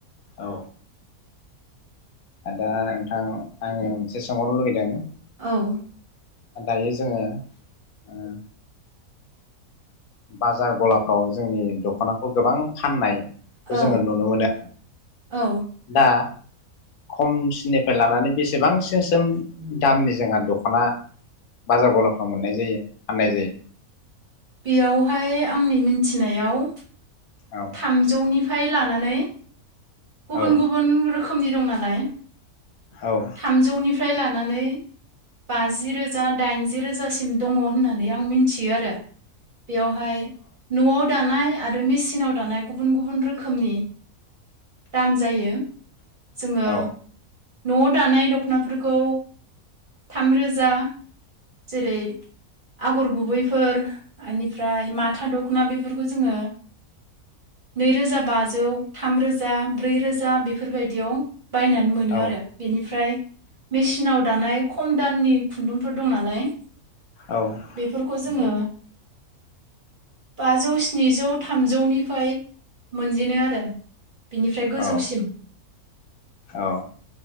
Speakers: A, on the left (about 80°); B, on the right (about 40°).
A: औ दा नोंथां आङो मोनसे सोंबावनो लुगैदों।
B: औ।
A: दायो जोङो ओ बाजार गलाफ्राव जोंनि दख'नाखौ गोबां फाननाय खौ
B: औ
A: जोङो नुनो मोनो
B: औ
A: दा खमसिननिफ्राय लानानै बेसेबांसिसिम दामनि जोंहा दख'ना बाजार गलाफ्राव मोननाय जायो फाननाय जायो।
B: बेयावहाय आंनि मिन मिथिनायाव
A: औ
B: थामजौनि फाय आखाइ लानानै गुबुन
A: औ
B: गुबुन रोखोमनि दं ना लाय।
A: औ
B: थामजौनिफ्राय लानानै बाजि रोजा दाइनजि रोजासिम दङ होननानै आं मिथियो आरो। बेवाहाय न'आव दानाय आरो मेसिनाव दानाय गुबुन गुबुन रोखोमनि दाम जायो जोङो
A: औ
B: न'आव दानाय दख'नाफोरखौ थामरोजा जेरै आगर गुबैफोर बेनिफ्राय माथा दख'ना बेफोरखौ जोङो नैरोजा बाजौ थामरोजा ब्रै रोजा बेफोरबायदियाव बायनानै मोनो
A: औ
B: आरो बेनिफ्राय मेसिनाव दानाय खम दाननि खुन्दुंफोर दं नालाय
A: औ
B: बेफोरखौ जोङो
A: नंगौ
B: बाजौ स्निजौ थामजौनिफ्राय मोनजेनो आरो। बिनिफ्राय गोजौसिम।
A: औ औ